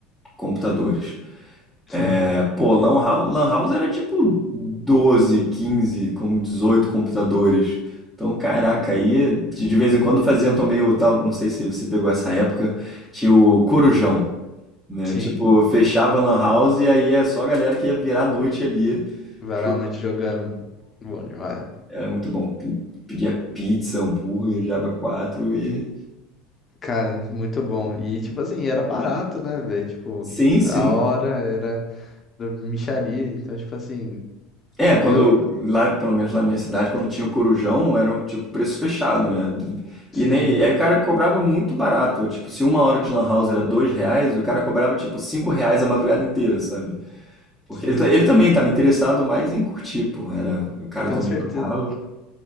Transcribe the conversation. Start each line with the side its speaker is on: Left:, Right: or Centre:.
Centre: computadores.
Left: Sim,
Centre: É, pô, Lan House, Lan House era tipo 12 15 com 18 computadores. Então, caraca, aí de de vez em quando faziam também o tal, não sei se você pegou essa época, tinha o Corujão, né?
Left: sim.
Centre: Tipo, fechava a Lan House e aí é só a galera que ia virar a noite ali.
Left: Varar
Centre: Jogando.
Left: a noite jogando. Bom demais.
Centre: Era muito bom. P- Pedia pizza, hambúrguer, diaba 4 e.
Left: Cara, muito bom. E, tipo assim, era barato, né, velho? Tipo,
Centre: Sim, sim.
Left: a hora era. Era mixaria, então, tipo assim,
Centre: É, quando.
Left: eu,
Centre: Lá, pelo menos lá na minha cidade, quando tinha o Corujão, era um tipo preço fechado, né? E
Left: sim,
Centre: nem, aí o cara cobrava muito barato. Tipo, se uma hora de lan house era dois reais, o cara cobrava tipo cinco reais a madrugada inteira, sabe? Porque
Left: sim,
Centre: ele, ta- ele também estava interessado mais em curtir, pô. Era, o cara
Left: com
Centre: também
Left: certeza.
Centre: jogava.